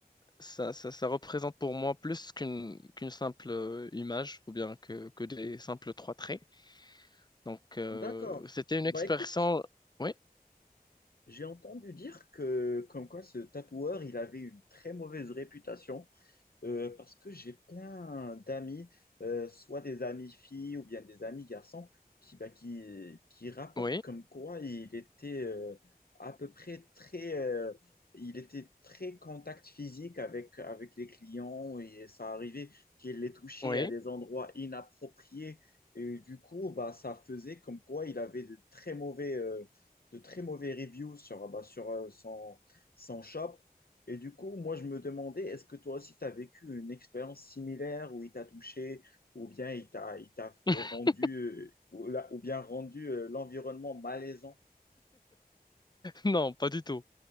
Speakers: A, on the left; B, on the left.
A: ça, ça, ça représente pour moi plus qu'une qu'une simple euh, image ou bien que, que des simples trois traits. Donc, euh,
B: D'accord.
A: c'était une
B: Bah
A: expérience...
B: écoute,
A: Oui,
B: j'ai entendu dire que comme quoi ce tatoueur, il avait une très mauvaise réputation. euh, parce que j'ai plein d'amis, euh, soit des amis filles ou bien des amis garçons, qui, bah, qui, qui rapportent
A: oui,
B: comme quoi il était euh, à peu près très, euh, il était très contact physique avec, avec les clients et ça arrivait qu'il les touchait
A: oui.
B: à des endroits inappropriés. Et du coup, bah, ça faisait comme quoi il avait de très mauvais, euh, de très mauvais reviews sur, bah, sur euh, son, son shop. Et du coup, moi, je me demandais, est-ce que toi aussi, tu as vécu une expérience similaire où il t'a touché ou bien il t'a, il t'a
A: <laughs>
B: rendu, euh, ou, la- ou bien rendu euh, l'environnement malaisant?
A: Non, pas du tout.